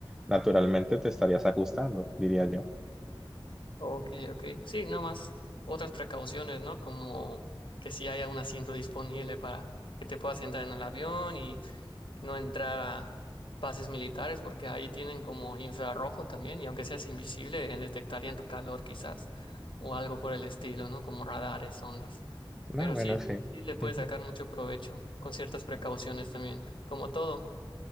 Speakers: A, in the centre; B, on the left.
A: naturalmente te estarías ajustando, diría yo.
B: Ok, ok. Sí, nomás otras precauciones, ¿no? Como que si haya un asiento disponible para que te puedas entrar en el avión y no entrar a bases militares, porque ahí tienen como infrarrojo también, y aunque seas invisible, eh, detectarían tu calor quizás, o algo por el estilo, ¿no? Como radares, ondas.
A: No,
B: Pero
A: bueno,
B: sí,
A: sí.
B: sí
A: <laughs>
B: le puedes
A: Ujú,
B: sacar mucho provecho con ciertas precauciones también, como todo.